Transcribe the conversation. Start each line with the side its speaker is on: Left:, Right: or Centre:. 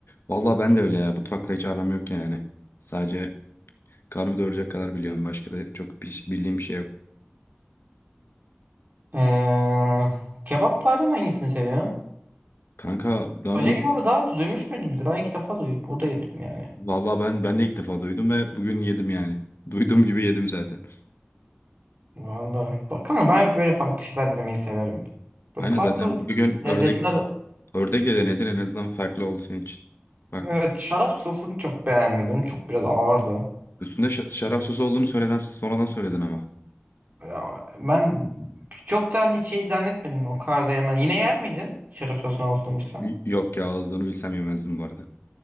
Left: Vallahi ben de öyle ya. Mutfakla hiç aram yok yani. Sadece karnımı doyuracak kadar biliyorum. Başka da çok bir, bildiğim bir şey yok.
Right: Ee, kebaplardan hangisini seviyorsun?
Left: Kanka danul
Right: Paşa kebabı daha önce duymuş muydun bizi? Ben ilk defa duydum. Burada yedim yani.
Left: Vallahi ben ben de ilk defa duydum ve bugün yedim yani. <laughs> Duyduğum gibi yedim zaten.
Right: Valla. Bakalım ben böyle farklı şeyler denemeyi severim. Böyle
Left: Aynen
Right: farklı
Left: zaten. Bir gün
Right: lezzetler.
Left: ördek ördek de denedin en azından farklı oldu senin için. Bak
Right: Evet şarap sosunu çok beğenmedim. Çok biraz ağırdı.
Left: üstünde şa- şarap sosu olduğunu söyleden sonradan söyledin ama.
Right: Ya, ben çok da hani şey zannetmedim o kadar da yemez. Yine yer miydin? Şarap sosunu olsun bilsem.
Left: Y- Yok ya olduğunu bilsem yemezdim bu arada.